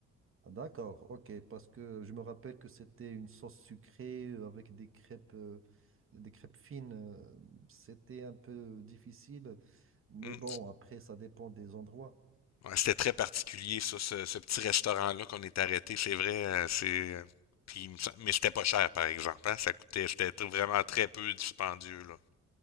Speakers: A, on the right; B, on the left.
A: Ah, d'accord, ok, parce que je me rappelle que c'était une sauce sucrée euh, avec des crêpes, euh, des crêpes fines. euh, C'était un peu difficile, mais
B: Mm.
A: bon, après, ça dépend des endroits.
B: Ouais, c'était très particulier, ça, ce, ce petit restaurant-là qu'on est arrêté, c'est vrai, euh, c'est, euh, puis, il me sem- mais c'était pas cher, par exemple, hein, ça coûtait, c'était tr- vraiment très peu dispendieux, là.